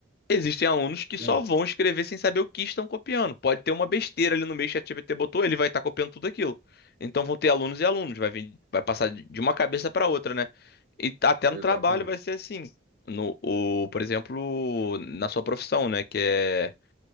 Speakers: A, on the left; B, on the right.
A: Existem alunos que só
B: É, isso.
A: vão escrever sem saber o que estão copiando. Pode ter uma besteira ali no meio que o ChatGPT botou, ele vai estar copiando tudo aquilo. Então vão ter alunos e alunos, vai vir- vai passar de de uma cabeça para outra, né? E tá- até
B: Exatamente.
A: no trabalho vai ser assim. No, o, por exemplo, na sua profissão, né? Que é